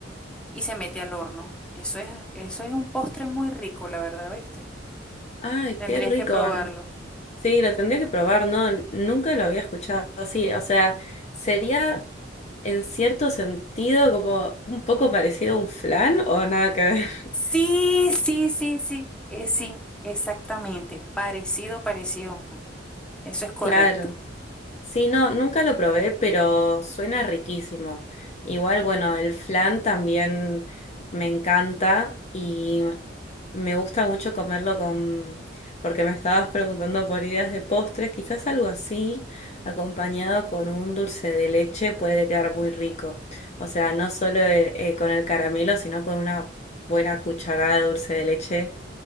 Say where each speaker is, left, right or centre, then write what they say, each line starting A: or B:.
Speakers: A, in the centre; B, on the left (about 35°).
A: y se mete al horno. Eso es, eso es un postre muy rico, la verdad, ¿viste?
B: Ay,
A: Tendrías
B: qué rico.
A: que probarlo.
B: Sí, lo tendría que probar, ¿no? Nunca lo había escuchado así. O sea, sería en cierto sentido como un poco parecido a un flan o nada que ver. <laughs>
A: Sí, sí, sí, sí, eh, sí, exactamente. Parecido, parecido, Juan. Eso es correcto.
B: Claro. Sí, no, nunca lo probé, pero suena riquísimo. Igual, bueno, el flan también me encanta y me gusta mucho comerlo con, porque me estabas preguntando por ideas de postres, quizás algo así, acompañado con un dulce de leche puede quedar muy rico. O sea, no solo eh, eh, con el caramelo, sino con una buena cucharada de dulce de leche,